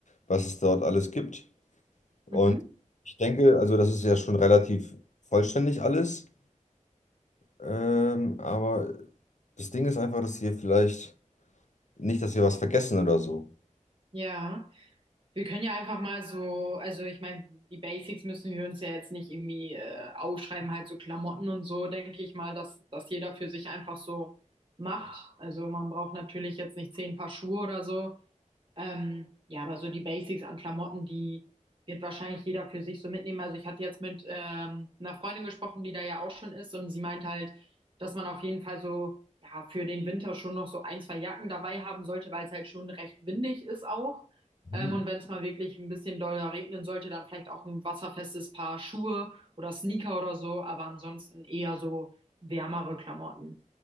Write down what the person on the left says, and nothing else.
was es dort alles gibt und
ich denke, also das ist ja schon relativ vollständig alles, ähm, aber das Ding ist einfach, dass wir vielleicht Nicht, dass wir was vergessen oder so.
Hm.